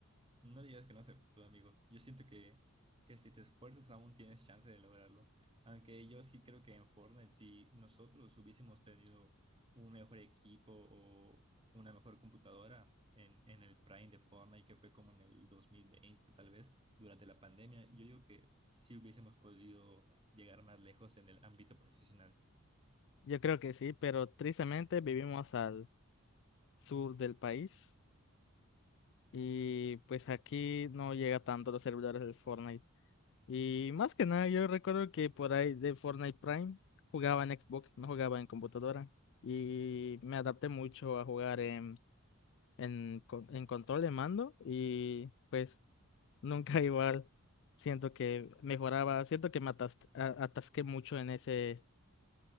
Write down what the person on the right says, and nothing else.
No digas que no se pudo, amigo. Yo siento que, que si te esfuerzas aún tienes chance de lograrlo. Aunque yo sí creo que en Fortnite, si nosotros hubiésemos tenido un mejor equipo o una mejor computadora en, en el Prime de Fortnite, que fue como en el 2020, tal vez, durante la pandemia, yo digo que sí hubiésemos podido llegar más lejos en el ámbito profesional.